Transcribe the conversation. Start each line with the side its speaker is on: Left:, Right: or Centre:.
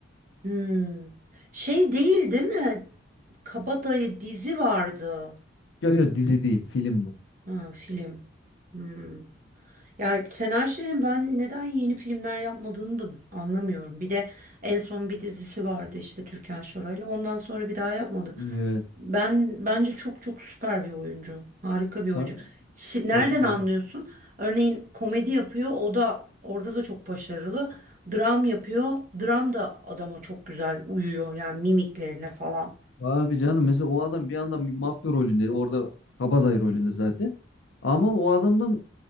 Right: Hmm. Şey değil, değil mi? Kabadayı dizi vardı.
Left: Yok yok dizi değil film bu.
Right: Ha, film. Hmm. Ya Şener Şen'in ben neden yeni filmler yapmadığını da anlamıyorum. Bir de en son bir dizisi vardı işte Türkan Şoray'la. Ondan sonra bir daha yapmadı.
Left: Evet.
Right: Ben bence çok çok süper bir oyuncu. Harika bir oyuncu.
Left: Ka-
Right: Şi- Nereden
Left: Katılıyorum.
Right: anlıyorsun? Örneğin komedi yapıyor. O da orada da çok başarılı. Dram yapıyor. Dram da adama çok güzel uyuyor. Yani mimiklerine falan.
Left: Abi canım mesela o adam bir yandan bir mafya rolünde orada kabadayı rolünde zaten. Ama o adamdan